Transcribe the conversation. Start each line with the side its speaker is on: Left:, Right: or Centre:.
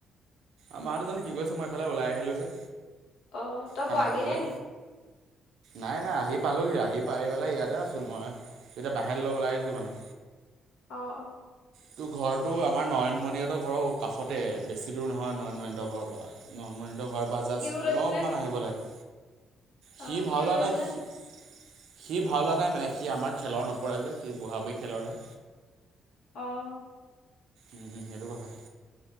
Right: আমাৰ দুজনি কি কৈছে মই এইফালে ওলাই আহিলো যে,
Left: অ তই
Right: খানা
Left: পোৱাগে
Right: খাবলে।
Left: নে নি
Right: নাই নাই আহি পালোহি আহি পাই পেলাই ইয়াতে আছো মই। তেতিয়া বাহিৰ লে ওলাই আহিছো মানে।
Left: অ', অ',
Right: তো ঘৰতটো আমাৰ নয়নমনিহতৰ ঘৰৰ কাষতে বেছি দূৰ নহয় নয়নমণিহতৰ ঘৰৰ পৰা নয়নমনিহতৰ ঘৰৰ পৰা জাষ্ট
Left: সিও লৈছিলে
Right: অলপমান
Left: নি
Right: আহিব লাগে।
Left: অ
Right: সি ভাও
Left: সিও
Right: লোৱা
Left: লৈছিলে
Right: নাই সি,
Left: নি
Right: সি ভাও লোৱা নাই মানে সি আমাৰ খেলৰ নপৰে যে সি বঢ়া বুঢ়ী খেলৰহে।
Left: অ',
Right: উম, সেইটো কথা।